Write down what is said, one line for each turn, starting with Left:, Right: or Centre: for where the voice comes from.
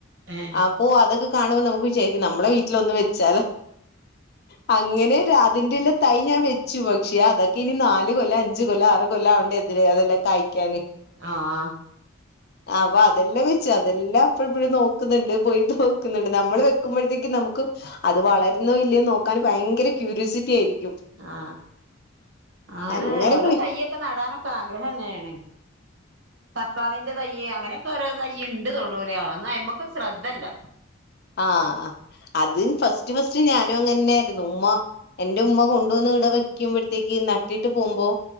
Right: ഏഹ്
Left: അപ്പോ അതൊക്കെ കാണുമ്പോൾ നമുക്കുവിചാരിക്കും, നമ്മുടെ വീട്ടിലൊന്നും വെച്ചു. പാ.. ങ്ങനെ. അതിന്റെല്ലാം തൈഞാൻ വെച്ചു. പക്ഷേയതൊക്കെ യിനി- നാലുകൊല്ല.. മഞ്ചുകൊല്ല.. മാറുകൊല്ലം. കൊല്ലാവണ്ടേ എന്തിരുഅതെല്ലാം കായ്ക്കാന്.
Right: ആ... !
Left: അപ്പൊ അതെല്ലാംവെച്ചു. അതെല്ലാം എപ്പോളുമെപ്പോളും നോക്കുന്നുണ്ട്. പോയി നോക്കുന്നുണ്ട്, നമ്മളു- വെക്കുമ്പോളത്തേക്കും നമുക്ക്- അതുവളരുന്നോ- യില്ലയോന്നുനോക്കാൻ ഭയങ്കര- ക്യൂരിയോസിറ്റി യായിരിക്കും.
Right: ആ.. അങ്ങനെയോരോ-
Left: അങ്ങനെ പോയി
Right: തൈയ്യൊക്കെ നടാനൊക്കെയാഗ്രഹം- തന്നെവേണേ. തക്കാളീന്റെ തൈയ്യ് അങ്ങനെയൊക്കെ- ഓരോതൈയ്യുണ്ടുതൊടു ലയാ ആ... ! അയിമ്മക്ക് ശ്രദ്ധല്ല!
Left: ആഹ് അത് ഫസ്റ്റ് ഫസ്റ്റ് ഞാനും അങ്ങന്നായിരുന്നു, ഉമ്മ എന്റെ ഉമ്മ കൊണ്ടുവന്ന് ഇടെ. വെക്കുമ്പോഴത്തേക്ക്. നട്ടിട്ട് പോകുമ്പോ-